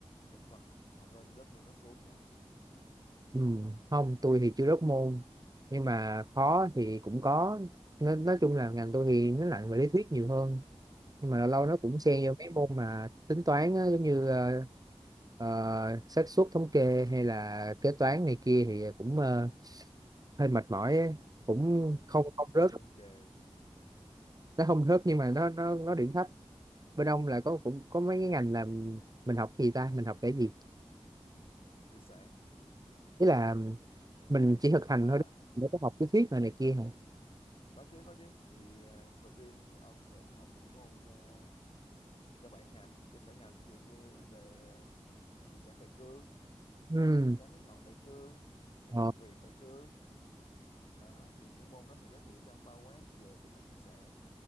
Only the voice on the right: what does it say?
ừ. không tôi thì chưa rớt môn nhưng mà khó thì cũng có nói, nói chung là ngành tôi thì nó nặng về lý thuyết nhiều hơn nhưng mà lâu lâu nó cũng xen
vô mấy môn mà tính toán á, giống như ờ, ờ, xác suất thống kê hay là kế toán này kia thì cũng ờ, hơi mệt mỏi á. cũng
không không
rớt
nó không rớt nhưng mà nó nó nó điểm thấp bên ông là có cũng có mấy cái ngành là mình học gì ta mình học cái gì
ý là mình chỉ thực hành
thôi đúng không? Mình có học lý thuyết rồi này kia hả
ừ
ờ,